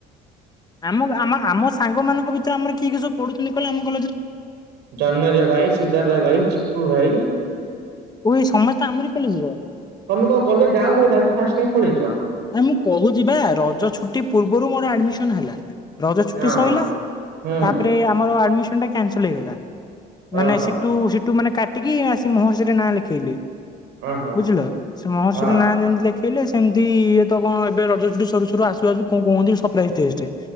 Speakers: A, on the left; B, on the right.
A: ଆମ ଆମ ସାଙ୍ଗ ମାନଙ୍କ ଭିତରେ ଆମର କିଏ କି ସବୁ ପଢୁଛନ୍ତି କହିଲେ ଆମ କଲେଜରେ।
B: ଜନ୍ମେଜୟ ଭାଇ, ସିଦ୍ଧାର୍ଥ ଭାଇ, ଚିକୁୁ ଭାଇ।
A: ଓ ଏଇ ସମସ୍ତେ ଆମରି କଲେଜ୍ ର
B: ତମେ କଣ କଲେଜ୍ ଯାଅନି ବୋଧେ ଆଜି ଫାଷ୍ଟ୍ ଟାଇମ୍ ପଳେଇଚ।
A: ଆ ମୁଁ କହୁଛି ବା ରଜ ଛୁଟି ପୂର୍ବରୁ ମୋର ଆଡମିସନ୍ ହେଲା ରଜ ଛୁଟି
B: ହଁ
A: ସଇଲା।
B: ହୁଁ
A: ତାପରେ ଆମର ଆଡ୍ମିସନ ଟା କଂସେଲେ ହେଇଗଲା ମାନେ
B: ଓହୋ
A: ସିଟୁ ସିଟୁ ମାନେ କ ଟିକି ଆସି ମହର୍ଷିରେ ନାଁ ଲେଖେଇଲେ
B: ଓହୋ
A: ବୁଝିଲ ସେ ମହର୍ଷି
B: ହଁ
A: ର ନାଁ ଯେମତି ଲେ ଖେଇଲେ ସେମିତି ଇଏ ତ କଣ ଏବେ ରଜ ଛୁଟି ସରୁ ସରୁ ଆସୁ ଆସୁ କଣ କୁହନ୍ତି ସର୍ପାଇଜ ଟେଷ୍ଟ୍।